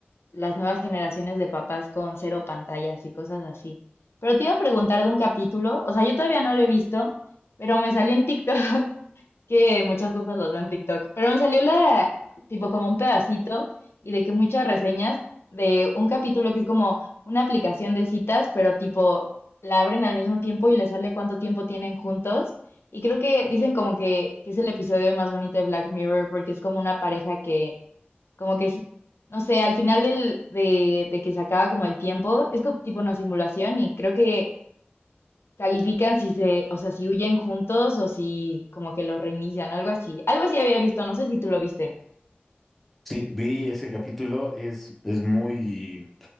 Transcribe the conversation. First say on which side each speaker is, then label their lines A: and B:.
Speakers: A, on the left; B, in the centre.
A: las nuevas generaciones de papás con cero pantallas y cosas así. Pero te iba a preguntar de un capítulo, o sea, yo todavía no lo he visto, pero me salió en TikTok, <laughs> que muchas cosas los veo en TikTok, pero me salió la, tipo como un pedacito y de que muchas reseñas de un capítulo que es como una aplicación de citas, pero tipo la abren al mismo tiempo y le sale cuánto tiempo tienen juntos. Y creo que dicen como que, que es el episodio más bonito de Black Mirror porque es como una pareja que como que, s- no sé, al final del, de, de que se acaba como el tiempo, es como tipo una simulación y creo que califican si se, o sea, si huyen juntos o si como que lo reinician, algo así. Algo así había visto, no sé si tú lo viste.
B: Sí, vi ese capítulo, es, es muy,